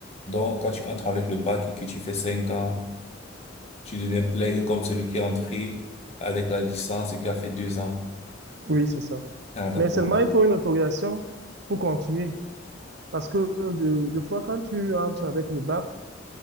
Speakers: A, on the left (about 35°); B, on the right (about 60°).
A: donc quand tu entres avec le bac et que tu fais cinq ans, tu deviens plègue comme celui qui est entré avec la licence et qui a fait deux ans.
B: oui, c'est ça.
A: Ah, d'accord.
B: Mais seulement, il faut une autorisation pour continuer. Parce que de- deux fois, quand tu entres avec le bac,